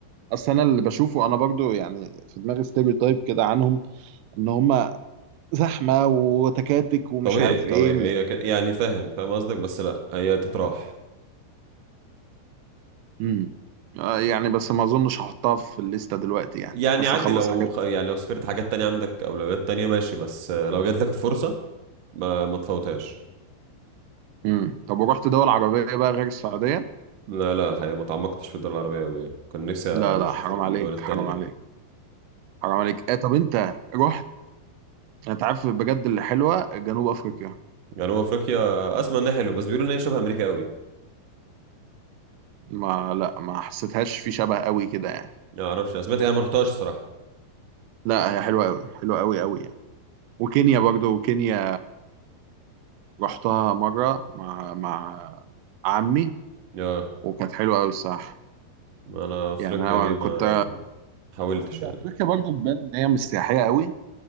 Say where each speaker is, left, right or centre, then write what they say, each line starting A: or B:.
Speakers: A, on the right; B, on the right.
A: اصل انا اللي بشوفه انا برضو يعني في دماغي ستيريو تايب كده عنهم ان هم زحمه وتكاتك ومش
B: طبيعي
A: عارف
B: طبيعي
A: ايه
B: هي ك... يعني فاهم فاهم قصدك بس لا هي تتراح
A: امم يعني بس ما اظنش هحطها في الليسته دلوقتي يعني
B: يعني
A: بس
B: عادي
A: اخلص
B: لو
A: حاجات
B: خ- يعني لو سافرت حاجات تانية عندك أولويات تانية ماشي بس آه، لو جات لك الفرصة ما ما تفوتهاش
A: امم طب ورحت دول عربيه بقى غير السعوديه
B: لا لا الحقيقة ما تعمقتش في الدول العربية أوي يعني كان نفسي
A: لا لا
B: أشوف
A: حرام
B: الدول
A: عليك
B: التانية
A: حرام عليك حرام عليك اه طب انت رحت انت عارف بجد اللي حلوه جنوب افريقيا
B: يعني هو أفريقيا أسمع إنها حلوة بس بيقولوا إن هي شبه أمريكا أوي
A: ما لا ما حسيتهاش في شبه قوي كده يعني
B: ما أعرفش أنا سمعت أنا ما رحتهاش الصراحة
A: لا هي حلوه قوي حلوه قوي قوي يعني. وكينيا برضو كينيا رحتها مرة مع مع عمي
B: آه
A: وكانت حلوة أوي الصراحة
B: أنا أفريقيا
A: يعني أنا
B: دي ما
A: كنت
B: حاولتش
A: هي
B: يعني
A: أفريقيا برضو تبان إن هي مش سياحية أوي